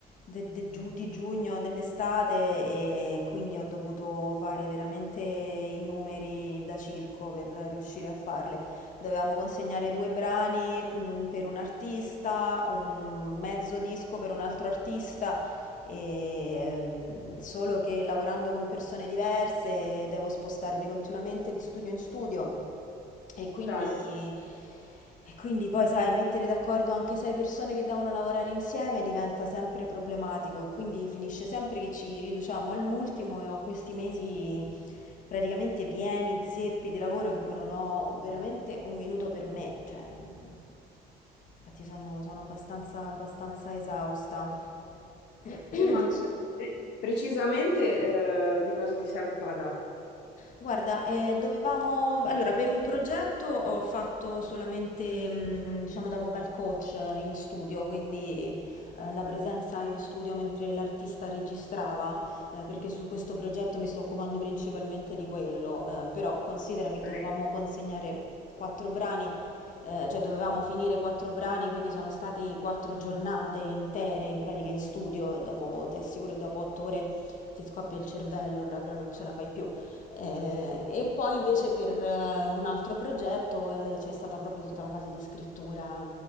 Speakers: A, on the left (about 50°); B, on the left (about 90°).
A: de- de giu- di giugno, dell'estate e quindi ho dovuto fare veramente i numeri da circo per riuscire a farle. Dovevamo consegnare due brani, mh, per un artista, un mezzo disco per un altro artista e, ehm, solo che lavorando con persone diverse devo spostarmi continuamente di studio in studio e quindi,
B: Certo,
A: e quindi poi, sai, mettere d'accordo anche sei persone che devono lavorare insieme diventa sempre problematico e quindi finisce sempre che ci riduciamo all'ultimo e ho questi mesi praticamente pieni, zeppi di lavoro in cui non ho veramente un minuto per me, cioè, non- infatti sono, sono abbastanza, abbastanza esausta. <clears throat> Non
B: immagino.
A: so
B: Pre- Precisamente, eh, di cosa ti sei occupata?
A: Guarda, eh, dovevamo, allora per un progetto ho fatto solamente, mh, diciamo, da vocal coach eh, in studio, quindi eh, la presenza in studio mentre l'artista registrava, eh, perché su questo progetto mi sto occupando principalmente di quello, eh, però considera che dovevamo
B: Ok.
A: consegnare quattro brani, eh, cioè dovevamo finire quattro brani, quindi sono state quattro giornate intere in pratica in studio e dopo, ti assicuro, dopo otto ore ti scoppia il cervello, proprio non ce la fai più. Eh, e poi invece per eh, un altro progetto eh, c'è stata proprio tutta la fase di scrittura